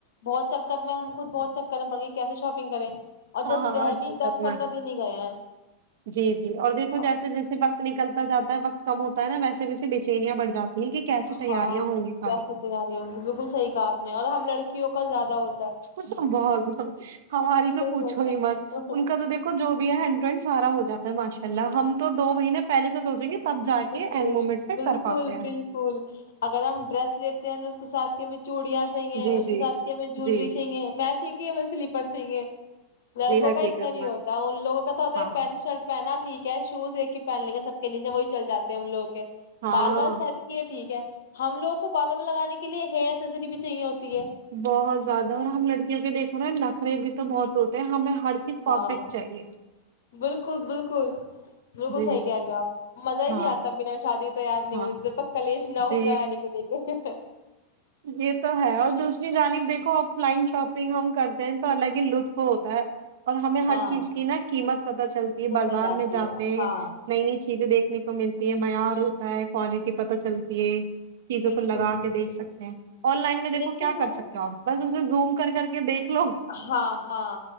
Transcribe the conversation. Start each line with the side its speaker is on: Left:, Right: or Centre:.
Left: بہت چکر میں ہم خود بہت چکر میں پڑھ گئے کیسے شاپنگ کریں اور
Right: ہاں
Left: جسٹ
Right: ہاں ہاں
Left: رہ بھی
Right: جت
Left: دس پندرہ
Right: میں
Left: دن ہی گئے ہیں
Right: جی جی اور دیکھو جیسے
Left: اب
Right: جیسے وقت نکلتا جاتا ہے وقت کم ہوتا نا ویسے ویے بےچینیاںڑھ جاتی ہیں کہ کیسے
Left: ہاں
Right: تیاریاں ہوں گی ساری
Left: کیسی تیاری ہوں گی بالکل صحیح کہا آپ نے اور ہم لڑکیوں کو زیادہ ہو
Right: بہت بہت ہماری تو
Left: نہیں
Right: پوچھو
Left: ہوتا
Right: ہی
Left: ہے
Right: مت ان کا تو دیکھو جو بھی ہے سارا ہو جاتا ہے ماشاءاللہ اللہ ہم تو دو مہینے پہلے تو ہو جیں گے تب جا کے
Left: شکریہ
Right: اینڈ مومنٹ
Left: شکریہ
Right: پہ
Left: بالکل
Right: کر پاتے ہیں
Left: بالکل اگر ہم ڈریس لی ہیں اس کے ساتھ کے میں چوڑیاں چاہیے
Right: جی
Left: اس کے
Right: جی
Left: ساتھ کیا ہمیں جویلری
Right: جی
Left: چاہیے میں کے سلیپر چاہیں گے لڑکوں
Right: جی حقیقت
Left: کا اتنا نہیں
Right: میں
Left: ہوتا ان لوگوں کا تو ہوتا
Right: ہاں
Left: ہے پینٹ شرٹ پہنا ٹھیک ہے شوز ایک پہنیں گے سب کے نیے وہی چل جاتے ہیں ہم لوگ کے
Right: ہاں
Left: بال وال سیٹ کی ہے ٹھیک ہے ہم لوگوں کو بالوں میں لگانے کے لیے ہیئر ایسری بھی چاہیے ہوتی ہے
Right: بہت زیادہ اور ہم لڑکیوں کے دیکھو نا نخرے تو بہت ہوتے ہیں ہمیں ہر چیز پرفیکٹ
Left: ہاں
Right: چاہیے
Left: بالکل بالکل بالکل
Right: جی
Left: صحی کہہ رہے آپ مزا ہی
Right: ہاں
Left: نہیں آتا بنا شادی تو یار نہیں
Right: ہاں
Left: ہو جب تک کلیش نہ
Right: جی
Left: ہوتا ہے علی کو لے کے
Right: یہ تو ہے اور دوسری جانب دیک آف لائن شاپنگ ہم کرتے ہیں تو الگ ہی لطف ہوتا ہے اور ہمیں ہر
Left: ہاں
Right: چیز کی نا قیمت پتہ چلتی ہے
Left: بسل
Right: بازار
Left: جاتی
Right: میں جاتے
Left: ہے
Right: ہیں
Left: ہاں
Right: نئی نئی چیز چیزیں دیکنے کو ملتی ہیں معیار ہو تا ہے کوالٹی پتہ چلتی ہے چیزوں
Left: بالکل
Right: کو لگا
Left: بالکل
Right: کے دیکھ سکتے ہیں آن لائن میں دیکھو
Left: لیکن
Right: کیا
Left: نا
Right: کر سکتے ہو آپ بس اسے زوم کر کر کے دیکھ لو
Left: ہاں ہاں